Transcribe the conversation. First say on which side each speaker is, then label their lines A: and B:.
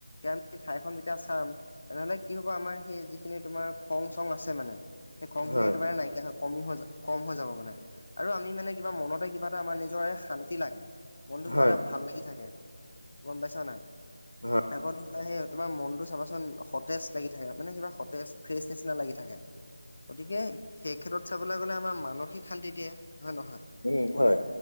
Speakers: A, on the left (about 55°); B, on the left (about 90°).
A: আমি ঠাইখন যেতিয়া চাম। তেনেহলে কি হব আমাৰ সেই যিখিনি তোমাৰ খং চং আছে মানে সেই খং খিনি
B: হয়
A: একেবাৰে নাইকিয়া হৈ কমি হৈ কম হৈ যাব মানে আৰু আমি মানে কিবা মনতে কিবা এটা আমাৰ নিজৰে শান্তি লাগে। মনটো
B: হয়
A: কিবা এটা ভাল লাগি থাকে গম পাইছা নাই।
B: হয়
A: আগত হো'লা সেই তোমাৰ মনটো চাবাচোন সতেজ লাগি থাকে মানে কিবা সতেজ ফ্ৰেছ নিচিনা লাগি থাকে।
B: <inaudible>
A: গতিকে সেই ক্ষেত্ৰত চাবলৈ গলে আমাৰ মানসিক শান্তি দিয়ে হয়ে নহয়।
B: উম
A: পৰি-
B: হয়